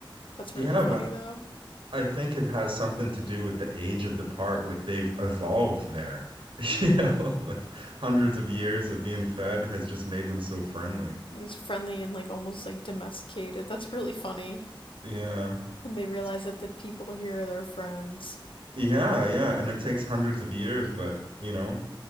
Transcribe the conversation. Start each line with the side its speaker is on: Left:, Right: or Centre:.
Left: That's
Right: Yeah,
Left: really funny
Right: but
Left: though.
Right: I think it has something to do with the age of the park. Like they've evolved there. <laughs>
Left: Hmm.
Right: You know, like hundreds of years of being fed has just made them so friendly.
Left: It's friendly and like almost like domesticated. That's really funny.
Right: Yeah.
Left: And they realize
Right: It's c-
Left: that the people here are their friends.
Right: Yeah, yeah, and it takes hundreds of years, but you know,